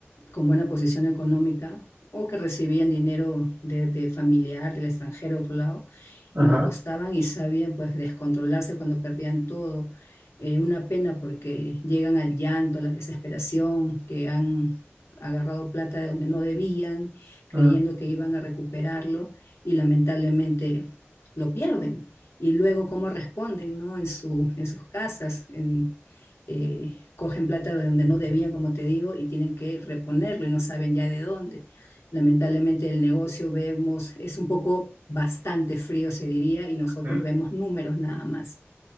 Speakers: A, on the left; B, on the right.
A: con buena posición económica o que recibían dinero de, de familiar, del extranjero, de otro lado,
B: Ajá.
A: y lo apostaban y sabían pues descontrolarse cuando perdían todo. Eh, una pena porque llegan al llanto, a la desesperación, que han agarrado plata de donde no debían, creyendo
B: mm,
A: que iban a recuperarlo y lamentablemente lo pierden. Y luego cómo responden, ¿no? En su, en sus casas, en, eh, cogen plata de donde no debían, como te digo, y tienen que reponerlo y no saben ya de dónde. Lamentablemente el negocio vemos, es un poco bastante frío, se diría, y nosotros
B: mm,
A: vemos números nada más.